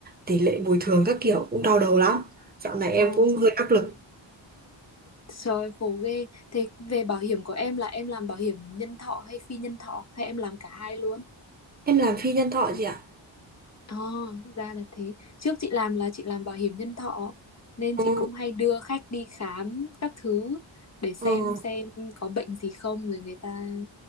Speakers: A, on the right (about 20°); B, on the left (about 35°).
A: tỷ lệ bồi thường các kiểu cũng đau đầu lắm dạo này em
B: ồ
A: cũng hơi áp lực
B: trời khổ ghê thế về bảo hiểm của em là em làm bảo hiểm nhân thọ hay phi nhân thọ hay em làm cả hai luôn
A: em làm phi nhân thọ chị ạ
B: Ờ, ra là thế. Trước chị làm là chị làm bảo hiểm nhân thọ nên
A: ừ
B: chị cũng hay đưa khách đi khám các thứ để xem
A: ừ
B: xem có bệnh gì không rồi người ta